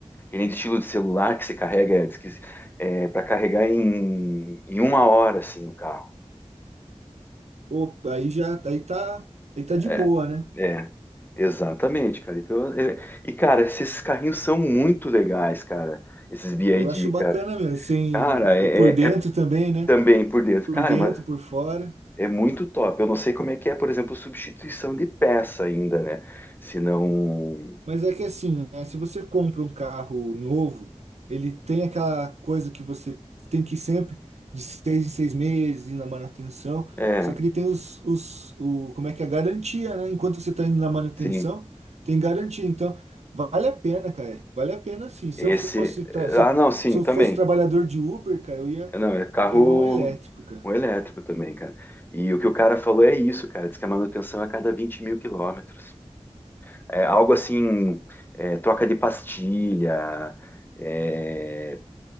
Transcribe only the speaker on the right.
Opa, aí já, aí tá, aí tá
de boa, né?
Eu acho bacana
mesmo, assim,
é por dentro
também, né?
Por
dentro,
por fora.
Mas é que assim, né, se você compra um carro novo, ele tem aquela coisa que você tem que ir sempre de seis em seis meses ir na manutenção.
Só que ele tem os, os o, como é que é, a garantia, né? Enquanto você está indo na manutenção,
tem garantia. Então, vale a pena, cara. Vale a pena sim. Se
eu fosse, tra- se
eu,
se eu
fosse trabalhador de Uber, cara, eu ia
pegar um elétrico, cara.